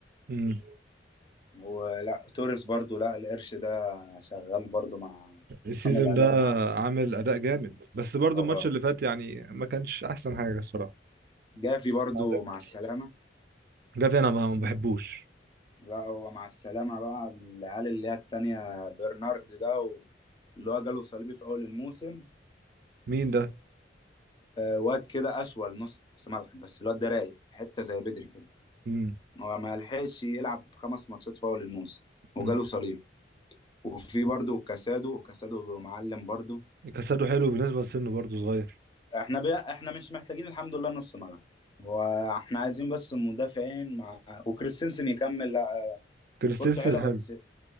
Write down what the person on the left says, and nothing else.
ولا توريس برضو لا القرش ده شغال برضو مع
عامل أداء
مع
اه
جافي برضو
مع السلامة
لا هو مع السلامة بقى العيال اللي هي التانية برنارد ده و- اللي هو جاله صليبي في أول الموسم
وواد كده أشول نص ملعب بس الواد ده رايق حتة زي بدري كده
هو ما لحقش يلعب خمس ماتشات في أول الموسم وجاله
صليبي وفي برضه كاسادو كاسادو معلم برضه
احنا بي... احنا مش محتاجين الحمد لله نص ملعب واحنا عايزين بس مدافعين مع وكريستنسن يكمل لا
كورته حلوه
بس